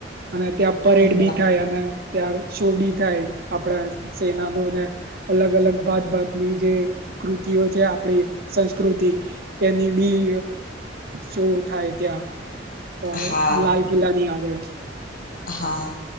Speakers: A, on the right (about 60°); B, on the left (about 50°).
A: અને ત્યાં પરેડ
B: હા
A: બી થાય અને ત્યાાર શોભી થાય આપણા સેનાનોને અલગ અલગ ભતભાતની જે કૃતિઓ છે આપણે સંસ્કૃતિ એની બી શું થાય ત્યાં અ
B: હા
A: લાલ કિલ્લાની આગળ
B: હા